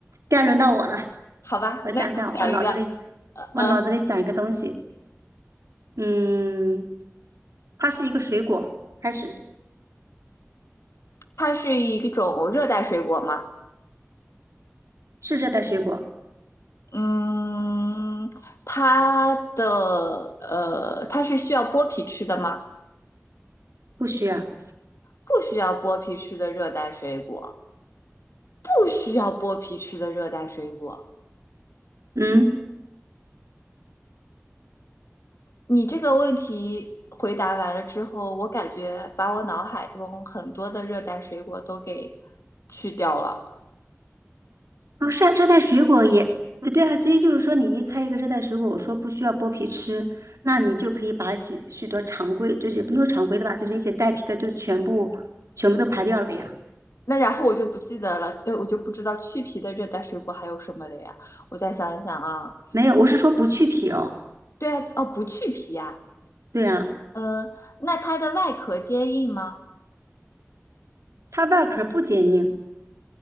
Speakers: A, on the right; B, on the left.
A: 该轮到我了。
B: 好吧，
A: 我想想，
B: 那我讲一个，
A: 我脑子里我脑子里想一个东西，
B: 呃，
A: 嗯，它是一个水果，开始
B: 它是一种热带水果吗？
A: 是热带水果，
B: 嗯，它的呃，它是需要剥皮吃的吗？
A: 不需要，
B: 不需要剥皮吃的热带水果，不需要剥皮吃的热带水果。
A: 嗯，
B: 你这个问题回答完了之后，我感觉把我脑海中很多的热带水果都给去掉了。
A: 哦，是啊热带水果也呃对啊，所以就是说你一猜一个热带水果，我说不需要剥皮吃，那你就可以把许许多常规，就是也不能说常规的吧，就是一些带皮的就全部全部都排掉了呀。
B: 那然后我就不记得了，呃，我就不知道去皮的热带水果还有什么了呀？我再想一想啊，
A: 没有，我是说不去皮哦，
B: 对啊，哦，不去皮啊，
A: 对啊，
B: 嗯，那它的外壳坚硬吗？
A: 它外壳不坚硬，